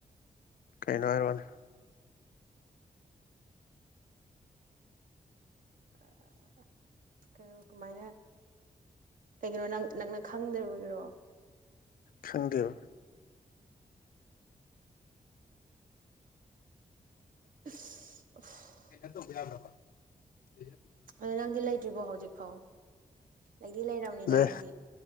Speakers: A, on the left (about 75°); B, on the right (about 65°).
A: ꯀꯩꯅꯣ ꯍꯥꯏ ꯑꯣꯏꯔꯛꯑꯣꯅꯦ
B: ꯑꯥ ꯀꯩꯅꯣ ꯀꯃꯥꯏꯅ ꯑꯥ ꯀꯩꯒꯤꯅꯣ ꯅꯪ ꯅꯪꯅ ꯈꯪꯗ꯭ꯔꯔꯤꯕꯒꯤꯔꯣ
A: ꯈꯪꯗꯦꯕꯥ
B: ꯑꯁ
A: <unintelligible>
B: ꯑꯗꯣ ꯅꯪꯗꯤ ꯂꯩꯇ꯭ꯔꯤꯕꯣ ꯍꯧꯖꯤꯛ ꯐꯥꯎ ꯂꯩꯗꯤ ꯂꯩꯔꯔꯝꯅꯤꯗ
A: ꯂꯩ
B: ꯅꯪꯗꯤ